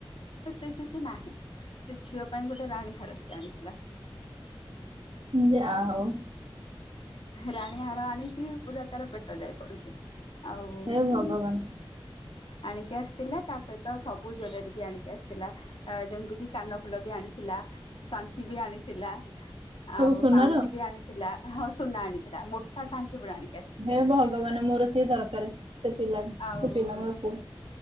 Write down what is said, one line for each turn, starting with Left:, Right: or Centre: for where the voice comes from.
Left: ଏତେ କିଛି ନାହିଁ ସେ ଝିଅ ପାଇଁ ଗୋଟେ ରାଣୀ ହାରସ ଆଣିଥିଲା।
Right: ଯା ହଉ।
Left: ରାଣୀ ହାର ଆଣିଛି ପୁରା ତାର ପେଟ ଯାଇ ପଡୁଛି। ଆଉ
Right: ହେ ଭଗବାନ
Left: ଆଣିକି ଆସିଥିଲା ତା ସହିତ ସବୁ ଜୁଲରୀ ବି ଆଣିକି ଆସିଥିଲା। ଯେମିତି କିି କାନ ଫୁଲ ବି ଆଣିଥିଲା ଶଙ୍ଖି ବି ଆଣିଥିଲା।
Right: ସବୁ
Left: ଆଉ
Right: ସୁନାର
Left: ପାଉଁଜି ବି ଆଣିଥିଲା ହଁ ସୁନା ଆଣିଥିଲା ମୋଟା ସାଙ୍ଙ୍ଗୀ ପୁଡ ଆଣି
Right: ହେ ଭଗବାନ ମୋର ସିଏ ଦରକାର ସେ ପିଲା।
Left: ଆଉ
Right: ସେ ପିଲା ମୋର ପୁଅ